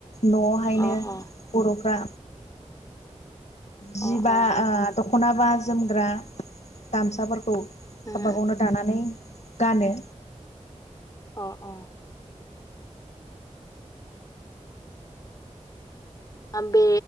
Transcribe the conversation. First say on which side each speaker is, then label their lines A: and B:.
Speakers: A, on the left; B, on the left.
A: नआवहायनो
B: अ अ
A: बरफ्रा जिबा
B: अ अ
A: ओ दख दखनाबा जोमग्रा गामसाफोरखौ
B: उम
A: गाबा गावनो दानानै गानो
B: अ अ आ बे